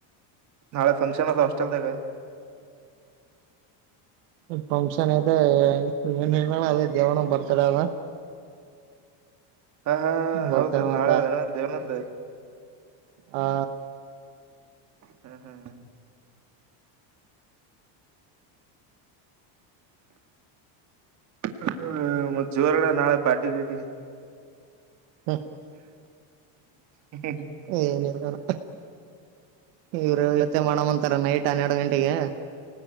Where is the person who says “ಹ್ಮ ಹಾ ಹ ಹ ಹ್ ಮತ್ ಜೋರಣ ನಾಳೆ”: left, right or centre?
Right